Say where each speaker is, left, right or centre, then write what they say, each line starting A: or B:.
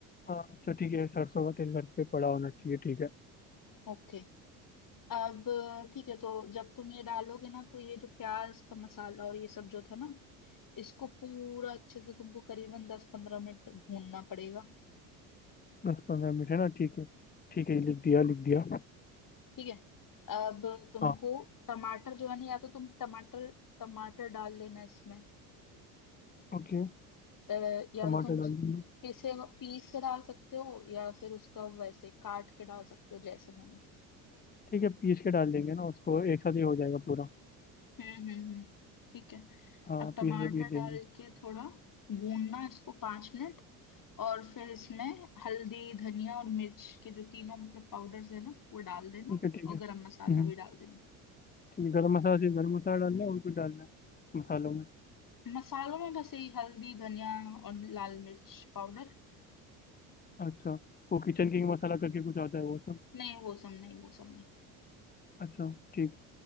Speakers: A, on the left; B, on the left.
A: हाँ अच्छा ठीक है सरसों का तेल घर पे पड़ा होना चाहिए ठीक है
B: ओके अब ठीक है तो जब तुम ये डालोगे ना तो ये जो प्याज का मसाला और ये सब जो था ना इसको पूरा अच्छे से तुमको करीबन दस पंद्रह मिनट भूनना पड़ेगा
A: दस पंद्रह मिनट है ना ठीक है ठीक है ये लिख दिया लिख दिया
B: ठीक है अब तुमको
A: हाँ
B: टमाटर जो है ना या तो तुम टमाटर टमाटर डाल लेना इसमें
A: ओके
B: अ, या
A: टमाटर
B: तो तुम उस
A: डाल देंगे
B: पीसे पीस के डाल सकते हो या फिर उसका वैसे काट के डाल सकते हो जैसे मैंने
A: ठीक है पीस के डाल देंगे ना उसको एक साथ ही हो जाएगा पूरा
B: हम्म हम्म हम्म, ठीक है
A: हाँ
B: अब टमाटर
A: पीस बाय पीस देंगे
B: डाल के थोड़ा भूनना इसको पांच मिनट और फिर इसमें हल्दी धनिया और मिर्च के जो तीनों मतलब पाउडर्स है ना वो डाल देना
A: ठीक है ठीक
B: और
A: है
B: गरम मसाला
A: हम्म
B: भी डाल देना
A: ठीक है गरम मसाला सिर्फ गरम मसाला डालना है और कुछ डालना है मसालों में
B: मसालों में बस यही हल्दी धनिया और लाल मिर्च पाउडर
A: अच्छा वो किचन किंग मसाला करके कुछ आता है वो सब
B: नहीं वो सब नहीं वो सब नहीं
A: अच्छा ठीक